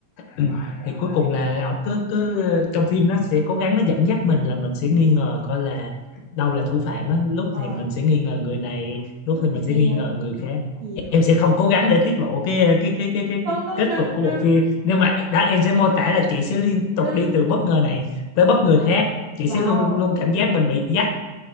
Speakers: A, on the left; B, on the right.
A: Ừ. Thì cuối cùng là ổng cứ cứ trong phim nó sẽ cố gắng nó dẫn dắt mình là mình sẽ nghi ngờ coi là đâu là thủ phạm á lúc
B: Ờ,
A: thì mình sẽ nghi ngờ người này lúc
B: lúc
A: thì mình
B: này
A: sẽ
B: kia
A: nghi ngờ người khác
B: hiểu.
A: em sẽ không cố gắng để tiết lộ cái cái cái cái cái,
B: Không
A: cái
B: không
A: kết
B: đừng
A: cục của
B: đừng
A: bộ phim nhưng mà đã em sẽ mô tả là chị sẽ liên tục
B: ừ
A: đi từ bất ngờ này tới bất ngờ khác chị
B: wow
A: sẽ luôn luôn cảm giác mình bị dắt